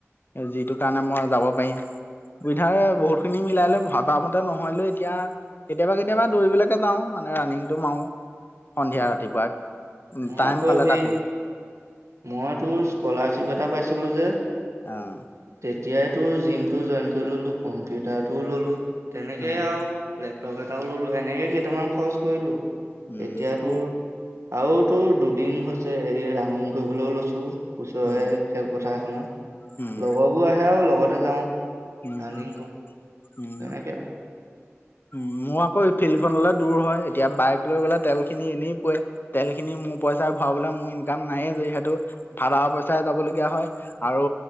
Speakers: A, on the left; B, on the right.
A: যিটো কাৰণে মই যাব পাৰিম। অসুবিধাৰে বহুতখিনি মিলাই লৈ ভবা মতে নহ'লেও‌ এতিয়া কেতিয়াবা কেতিয়াবা দৌৰিবলৈকে যাওঁ মানে ৰানিংটো মাৰো। সন্ধিয়া
B: অ
A: ৰাতিপুৱা উম
B: মই
A: টাইম
B: আকৌ
A: পালে
B: সেই
A: তাকো।
B: মই তোৰ স্কলাৰশ্বিপ এটা পাইছিলো যে।
A: অ'।
B: তেতিয়াই তোৰ জিমটো জইন কৰি ল'লো কম্পিউটাৰটোও ল'লো। তেনেকেই
A: অ',
B: আৰু লেপটপ এটাও ল'লো এনেকে কেইটামান খৰচ কৰিলো।
A: উম,
B: এতিয়া
A: তো
B: তোৰ আৰু তোৰ দুদিন হৈছে এই ৰানিং কৰিবলৈও লৈছোঁ। ওচৰৰে
A: উম,
B: খেলপথাৰ এখনত
A: উম,
B: লগৰবোৰ আহে আৰু লগতে যাওঁ।
A: উম,
B: ৰানিং কৰো তেনেক
A: উম।
B: আৰু।
A: মোৰ আকৌ এই ফিল্ডখনলৈ দূৰ হয় এতিয়া বাইক লৈ গ'লে তেলখিনি এনে পুৰে। তেলখিনি মোৰ পইচাৰে ভৰাবলৈ মোৰ ইনকাম নাইয়ে যিহেতু ফাডাৰৰ পইচাৰে যাবলগীয়া হয়। আৰু